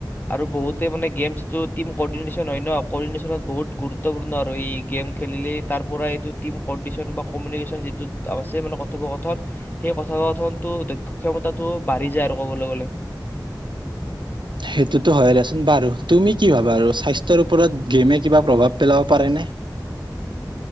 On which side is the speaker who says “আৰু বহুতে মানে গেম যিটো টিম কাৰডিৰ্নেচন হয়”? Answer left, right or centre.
Left